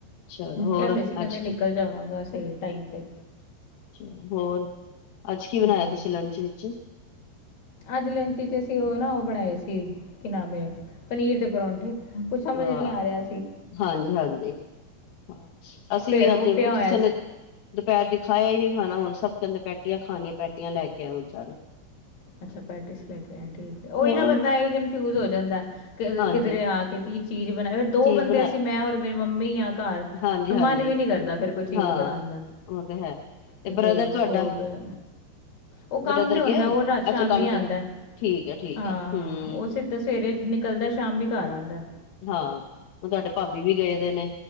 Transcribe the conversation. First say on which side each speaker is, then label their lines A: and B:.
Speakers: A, on the left; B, on the left.
A: ਚਲੋ ਹੋਰ
B: ਕਹਿੰਦੇ ਸੀ ਕਹਿੰਦੇ
A: ਅੱਜ
B: ਨਿਕਲ
A: ਕੀ
B: ਜਾਵਾਂਗਾ ਸਹੀ ਟਾਈਮ ਤੇ।
A: ਅੱਛਾ, ਹੋਰ, ਅੱਜ ਕੀ ਬਣਾਇਆ
B: ਹਮ,
A: ਤੁਸੀਂ ਲੰਚ ਵਿੱਚ?
B: ਅੱਜ ਲੰਚ'ਚ ਅਸੀਂ ਉਹ ਨਾ ਉਹ ਬਣਾਏ ਸੀ, ਕਿ ਨਾਮ ਏ, ਪਨੀਰ ਦੇ ਪਰੌਂਠੇ। ਕੁਛ ਸਮਝ
A: ਵਾਹ
B: ਨਹੀਂ ਆ ਰਿਹਾ ਸੀ।
A: ਹਾਂਜੀ-ਹਾਂਜੀ, ਹਾਂ, ਅਸੀਂ
B: ਫਿਰ
A: ਵੀ
B: ਉਹ
A: ਅੱਜ ਤ
B: ਪਿਆ ਹੋਇਆ
A: ਕਿਸੇ
B: ਸੀ
A: ਨੇ ਦੁਪਹਿਰ ਦੀ ਖਾਇਆ ਹੀ ਨਹੀਂ ਖਾਣਾ, ਹੁਣ ਸਭ ਕਹਿੰਦੇ ਪੈਟੀਆਂ ਖਾਣੀਆਂ, ਪੈਟੀਆਂ ਲੈਕੇ ਆਇ ਵਿਚਾਰੇ।
B: ਅੱਛਾ ਪੈਟੀਸ ਲੈਕੇ ਆਏ, ਠੀਕ ਹੈ? ਉਹੀ
A: ਹੋਰ
B: ਨਾ, ਬੰਦਾ ਇਹੀ ਕਨਫਿਊਜ ਹੋ ਜਾਂਦਾ।
A: ਹਾਂਜੀ
B: ਕਿਧਰੇ ਆਕੇ ਕੀ ਚੀਜ਼ ਬਣਾਈ, ਫ ਦੋ
A: ਚੀਜ਼
B: ਬੰਦੇ
A: ਬਣਾਏ
B: ਅਸੀਂ, ਮੈਂ ਔਰ ਮੇਰੀ ਮੰਮੀ ਆ। ਘਰ,
A: ਹਾਂਜੀ-ਹਾਂਜੀ
B: ਮਨ ਵੀ ਨੀ ਕਰਦਾ ਫੇਰ ਕੋਈ ਚੀਜ਼
A: ਹਾਂ
B: ਬਣਾਣ ਦਾ।
A: ਉਹ ਤੇ ਹੈ ਤੇ
B: ਏ
A: ਬ੍ਰਦਰ
B: ਕੋਈ
A: ਤੁਹਾਡਾ
B: ਓਹ ਕੈ, ਓ ਕੰਮ
A: ਬ੍ਰਦਰ
B: ਤੇ ਹੁੰਦਾ,
A: ਗਿਆ
B: ਓ ਰਾਤ, ਸ਼ਾਮ
A: ਅੱਛਾ ਕੰਮ
B: ਮੀ ਆੰਦੈ
A: ਤੇ ਨੇ, ਠੀਕ ਹੈ ਠੀਕ
B: ਹਾਂ
A: ਹੈ ਹਮ
B: ਓਹ ਸਿੱਧਾ ਸਵੇਰੇ ਨਿਕਲਦੈ ਸ਼ਾਮੀ ਘੱਰ ਆੰਦੈ।
A: ਹਾਂ, ਹੁਣ ਤੁਹਾਡੇ ਭਾਬੀ ਵੀ ਗਏਦੇ ਨੇ,